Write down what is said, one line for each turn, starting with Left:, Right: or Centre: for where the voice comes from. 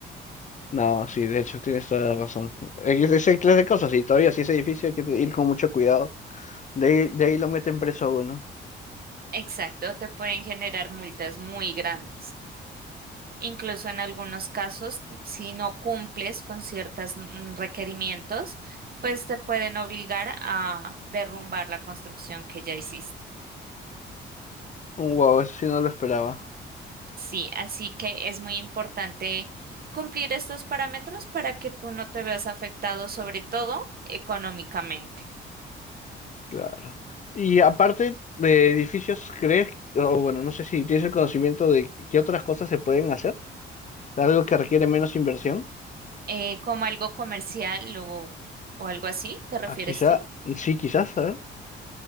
Left: No, sí, de hecho, tienes toda la razón. Es esa clase de cosas y todavía si es edificio hay que ir con mucho cuidado De ahí, de ahí lo meten preso a uno.
Right: exacto, te pueden generar multas muy grandes. Incluso en algunos casos, t- si no cumples con ciertos requerimientos, pues te pueden obligar a derrumbar la construcción que ya hiciste.
Left: Un Wow, eso sí no lo esperaba.
Right: Sí, así que es muy importante cumplir estos parámetros para que tú no te veas afectado, sobre todo económicamente.
Left: Claro. Y aparte de edificios, ¿crees? O bueno, no sé si tienes el conocimiento de qué otras cosas se pueden hacer. Algo que requiere menos inversión.
Right: Eh, como algo comercial o, o algo así, ¿te refieres
Left: Ah, quizá,
Right: tú?
Left: sí, quizás, a ver.